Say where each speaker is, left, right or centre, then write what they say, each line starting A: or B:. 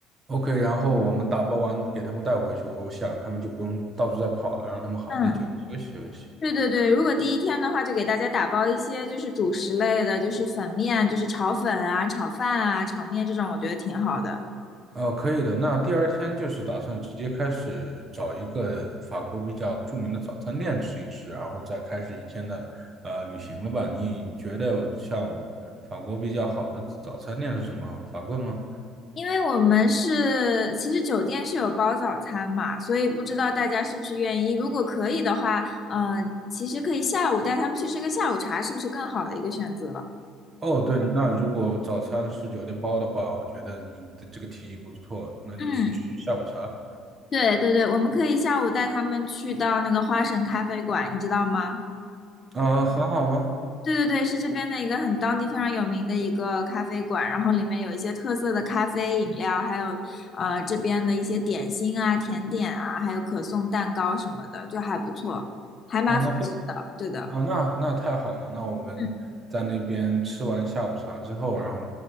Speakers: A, on the right; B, on the left.
A: OK，然后我们打包完给他们带回去，我想他们就不用到处再跑了，让他们好好在酒店休息休息。
B: 嗯，对对对，如果第一天的话，就给大家打包一些就是主食类的，就是粉面，就是炒粉啊、炒饭啊、炒面这种，我觉得挺好的。
A: 呃，可以的。那第二天就是打算直接开始找一个法国比较著名的早餐店吃一吃，然后再开始一天的呃旅行了吧？你觉得像法国比较好的早餐店是什么？法棍吗？
B: 因为我们是，其实酒店是有包早餐嘛，所以不知道大家是不是愿意。如果可以的话，呃，其实可以下午带他们去吃个下午茶，是不是更好的一个选择？
A: 哦，对，那如果早餐是酒店包的话，我觉得你的这个提议不错，那就去吃下午茶。
B: 嗯，对对对，我们可以下午带他们去到那个花神咖啡馆，你知道吗？
A: 啊、很好吗？
B: 对对对，是这边的一个很当地非常有名的一个咖啡馆，然后里面有一些特色的咖啡饮料，还有呃这边的一些点心啊、甜点啊，还有可颂蛋糕什么的，就还不错，还蛮法式的，
A: 啊，那非
B: 对的。
A: 啊，那那太好了。那我们在那边吃完下午茶之后，
B: 嗯
A: 然后